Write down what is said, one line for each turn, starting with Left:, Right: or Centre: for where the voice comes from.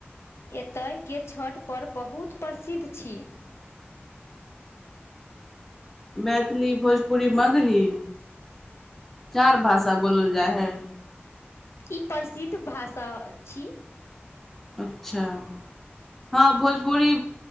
Left: एतयके छठ परर्व बहुत प्रसिद्ध छी।
Centre: मैथिली भोजपुरी मगही चार भाषा बोलल जाइ हे।
Left: ई प्रसिद्ध भाषा छी।
Centre: अच्छा हँ भोजपुरी